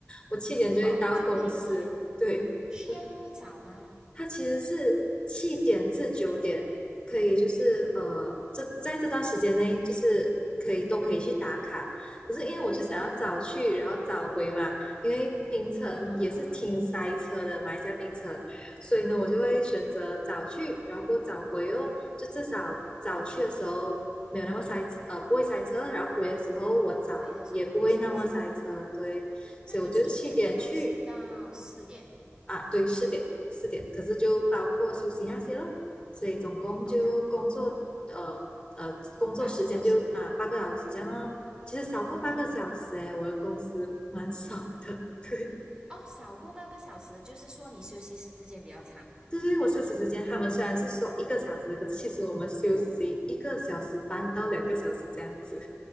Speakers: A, on the left (about 20°); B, on the right (about 15°).
A: 我七点就会到公司，
B: 哦，就每一天，
A: 对，
B: 需要那么早吗？
A: 我它其实是七点至九点，可以就是呃，这在这段时间内就是可以都可以去打卡。
B: 嗯
A: 可是因为我就想要早去，
B: 啊
A: 然后早回嘛，因为槟城也是挺塞车的，
B: 啊，
A: 马来西亚槟城，所以呢，我就会选择早去，然后过早回哦，就至少早去的时候没有那么塞车，呃，不会塞车，然后回的时候我早也不会那么塞车，
B: 回的时候也不塞车。
A: 对，
B: 那你七点的话是到四点
A: 所以我就七点去。啊，对，四点四点，可是就包括休息那些咯，所以总共就工作呃呃工作时间就啊八个小时这样哦。
B: 哦，那八个小时，嗯
A: 其实少过八个小时诶，
B: 嗯嗯，
A: 我的公司蛮爽的，<laughs> 对。
B: 哦，少过八个小时，就是说你休息时间比较长。
A: 就是我休息时间，他们虽然是说一个小时，可是其实我们休息一个小时半到两个小时这样子。
B: 嗯。